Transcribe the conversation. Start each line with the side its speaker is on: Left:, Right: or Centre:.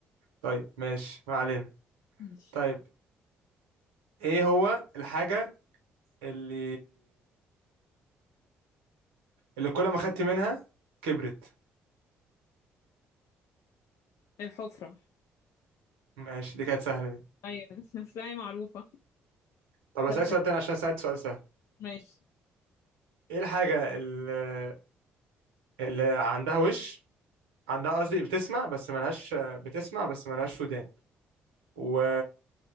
Right: طيب ماشي ما علينا
Left: ماشي
Right: طيب إيه هو الحاجة اللي اللي كل ما خدت منها كبرت
Left: الحفرة
Right: ماشي دي كانت سهلة دي
Left: أيوة <laughs> الساعة معروفة
Right: طب أسألك
Left: طب
Right: سؤال تاني عشان سألت سؤال سهل
Left: ماشي
Right: ايه الحاجة اللي, اللي عندها وش عندها قصدي بتسمع بس ملهاش بتسمع بس ملهاش ودان و...